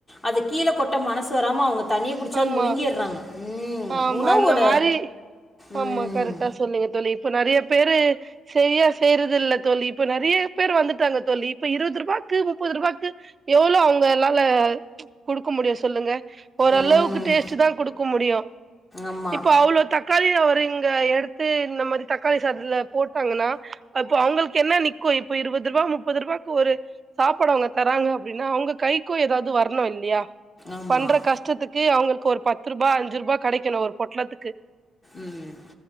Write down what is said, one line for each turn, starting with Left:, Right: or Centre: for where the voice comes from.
Left: அத கீழ கொட்ட மனசு வராம அவ்ங்க தண்ணிய குடிச்சாது
Right: ஆமா
Left: முழுங்கிற்றாங்க
Right: ஆமா
Left: உணவோட
Right: அந்த மாரி
Left: ம்
Right: ஆமா கரெக்டா சொன்னிங்க தோழி இப்ப நிறைய பேரு செரியா செய்யறதில்ல தோலி இப்ப நிறைய பேர் வந்துட்டாங்க தோழி இப்ப இருவது ருபாக்கு முப்பது ருபாக்கு எவ்ளோ அவ்ங்க னால்ல குடுக்க முடியு சொல்லுங்க
Left: ம்
Right: அளவுக்கு டேஸ்ட்டு தா கொடுக்க முடியு
Left: ஆமாம்
Right: இப்ப அவ்ளோ தக் காளி அவரு இங்க எடுத்து இந்த மாரி தக்காளி சாதுல போட் டாங்கன்னா அப்ப அவ்ங்களுக்கு என்ன நிக்கு இப்ப இருவது ருபா முப்பது ருபா ஒரு சாப்பாடுஅவ்ங்க தராங்க அப்டின்னா அவ்ங்க கைக்கு ஏதாவ்து வர்ணு இல்லியா
Left: ஆமாம்
Right: பண்ற கஷ்டத்துக்கு அவ்ங்களுக்கு ஒரு பத்து ருபா அஞ்சு ருபா கெடைக்கணு ஒரு பொட்லத்துக்கு
Left: ம்